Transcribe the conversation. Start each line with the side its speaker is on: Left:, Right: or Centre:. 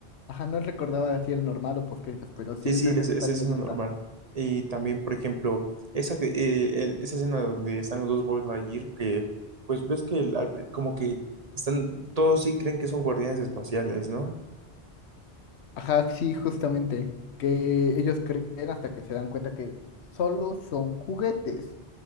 Left: Ajá, no recordaba si era normal o postcréditos, pero sí,
Right: Sí,
Left: esa
Right: sí,
Left: escena
Right: es, es
Left: también
Right: escena
Left: me gusta.
Right: normal. Y también, por ejemplo, esa, que, eh, el- esa escena donde están los dos Buzz Lightyear, que pues ves que el- al pri- como que están, todos sí creen que son guardianes espaciales, ¿no?
Left: Ajá, sí, justamente. Que ellos creen hasta que se dan cuenta que solo son juguetes.